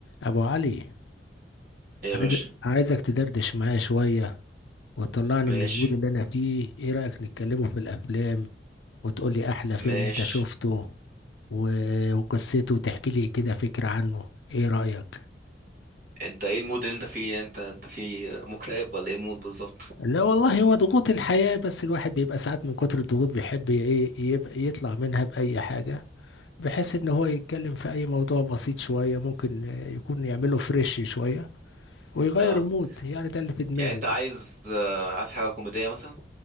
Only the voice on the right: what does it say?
ايه يا
باشا
ماشي
ماشي
انت ايه المود اللي انت فيه انت انت في مكتئب ولا ايه المود بالظبط
اه
يعني انت عايز آه، عايز حاجه كوميديه مثلا